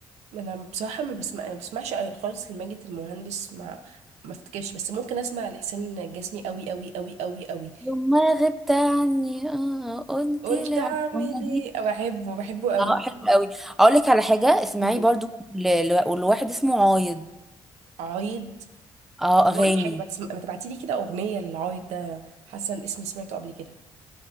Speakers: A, on the right; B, in the centre.
A: ما أنا بصراحة ما بسمع ما بسمعش أوي خالص لماجد المهندس ما ما افتكرش بس ممكن اسمع لحسين الجسمي قوي قوي قوي قوي قوي
B: لما غبت عني اه قلت
A: قلت
B: لي على
A: اعمل
B: الأغنية
A: ايه
B: دي
A: بحبه بحبه قوي
B: اه حلو قوي اقول لك على حاجه اسمعي
A: قولي
B: برضو ل- ل- لواحد اسمه عايض
A: عايض
B: اه
A: بقول
B: اغاني
A: لك حاجه ما, تسم... ما تبعتي لي كده اغنيه للعايد ده حاسه ان اسمي سمعته قبل كده